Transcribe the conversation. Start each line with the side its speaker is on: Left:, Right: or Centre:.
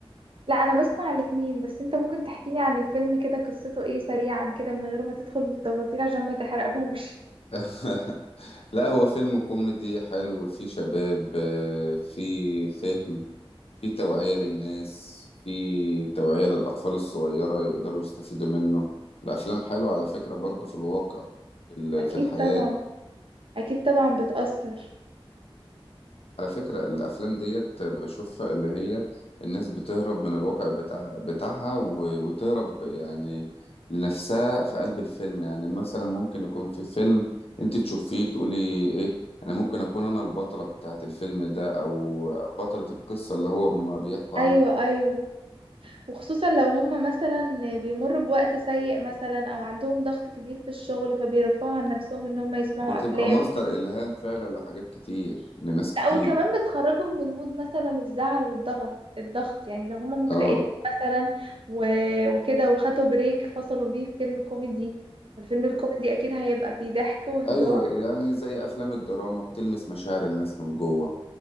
Right: لا انا بسمع الاتنين بس انت ممكن تحكي لي عن الفيلم كده قصته ايه سريعا كده من غير ما تدخل التفاصيل عشان ما تحرقهوش
Left: <laughs> لا هو فيلم كوميدي حلو فيه شباب آه، فيه فهم فيه توعية للناس فيه توعية للأطفال الصغيرة يقدروا يستفيدوا منه الأفلام حلوة على فكرة برضه في الواقع في ال-
Right: اكيد
Left: في الحياة
Right: طبعا اكيد طبعا بتأثر
Left: على فكرة الأفلام ديت بشوفها اللي هي الناس بتهرب من الواقع بتاع بتاعها و- وتهرب يعني لنفسها في قلب الفيلم يعني مثلا ممكن يكون في فيلم أنت تشوفيه تقولي إيه أنا ممكن أكون أنا البطلة بتاعة الفيلم ده أو بطلة القصة اللي هو ما بيحكوا
Right: ايوه
Left: عنها
Right: ايوه وخصوصا لو هم مثلا بيمروا بوقت سيء مثلا او عندهم ضغط كبير في الشغل فبيرفعوا عن نفسهم ان هم يسمعوا
Left: بتبقى
Right: افلام
Left: مصدر إلهام فعلا لحاجات كتير لناس
Right: لا
Left: كتير
Right: وكمان بتخرجهم من مود مثلا الزعل والضغط الضغط يعني لو هما مكتئبين
Left: آه
Right: مثلا و... وكده وخدوا بريك فصلوا بيه في فيلم كوميدي فالفيلم الكوميدي اكيد هيبقى فيه ضحك وهزار
Left: أيوة يعني زي أفلام الدراما بتلمس مشاعر الناس من جوه